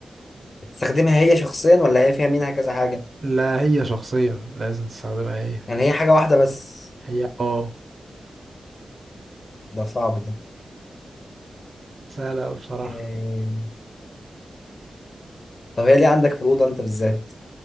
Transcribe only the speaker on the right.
لا هي شخصيا لازم تستخدمها هي
هي اه
سهلة أوي بصراحة